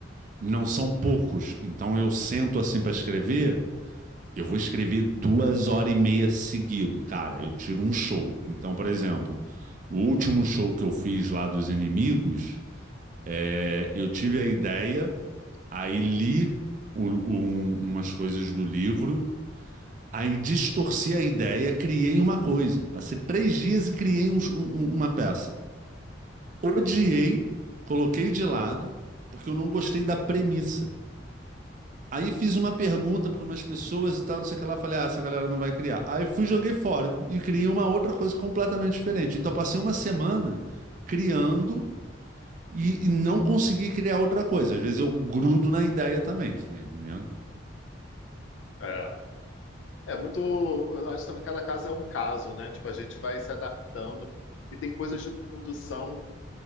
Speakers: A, on the right; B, on the left.
A: não são poucos. Então eu sento assim para escrever. Eu vou escrever duas horas e meia seguido, cara. Eu tiro um show. Então, por exemplo, o último show que eu fiz lá dos inimigos, é, eu tive a ideia, aí li o- um- umas coisas do livro Aí distorci a ideia, criei uma coisa. Passei três dias e criei um- um- um, uma peça. Odiei, coloquei de lado, porque eu não gostei da premissa. Aí fiz uma pergunta para umas pessoas e tal, não sei o que lá. Falei, ah, essa galera não vai criar. Aí fui, joguei fora e criei uma outra coisa completamente diferente. Então passei uma semana criando e, e não consegui criar outra coisa. Às vezes eu grudo na ideia também, tu tá entendendo?
B: é. É muito. eu Acho também que cada caso é um caso, né? Tipo, a gente vai se adaptando. E tem coisas de produção